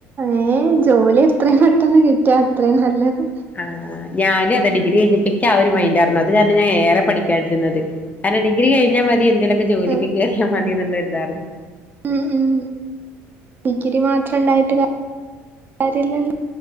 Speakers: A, on the right; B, on the left.
A: ഏഹ് ജോലി എത്രേം പെട്ടെന്ന് കിട്ട്യാ അത്രേം നല്ലത്
B: ആഹ് ഞാനും അതെ ഡിഗ്രി കഴിഞ്ഞപ്പേക്ക് ആഹ് ഒരു മൈൻഡ് ആരുന്നു അത് കാരണം ഞാൻ ഏറെ പഠിക്കാണ്ടിരുന്നത് കാരണം ഡിഗ്രി കഴിഞ്ഞാ മതി എന്തേലുമൊക്കെ ജോലിക്ക്
A: ഉം
B: കേറിയാ മതി എന്നുള്ളരിതാരുന്നു
A: ഉം ഉം ഡിഗ്രി മാത്രം ഉണ്ടായിട്ട് കാര്യല്ലല്ലോ